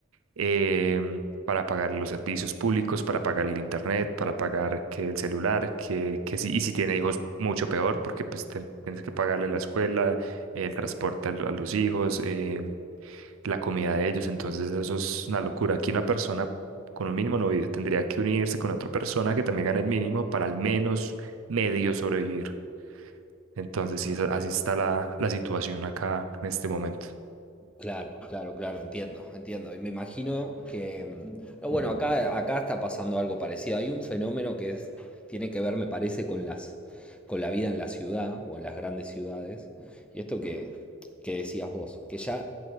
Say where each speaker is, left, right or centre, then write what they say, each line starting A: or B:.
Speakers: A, on the right (about 90°); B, in the centre.
A: em, para pagar los servicios públicos, para pagar el internet, para pagar que el celular, que, que si, y si tiene hijos, mucho peor, porque pues ten- tienes que pagarle la escuela, el transporte a, lo- a los hijos, em, la comida de ellos. Entonces eso es una locura. Aquí una persona con un mínimo no vive. Tendría que unirse con otra persona que también gane el mínimo para al menos medio sobrevivir. Entonces sí, esa- así está la, la situación acá en este momento.
B: Claro, claro, claro, entiendo, entiendo. Y me imagino que, mm, no, bueno, acá, acá está pasando algo parecido. Hay un fenómeno que es, tiene que ver, me parece, con las, con la vida en la ciudad o en las grandes ciudades. Y esto que, que decías vos, que ya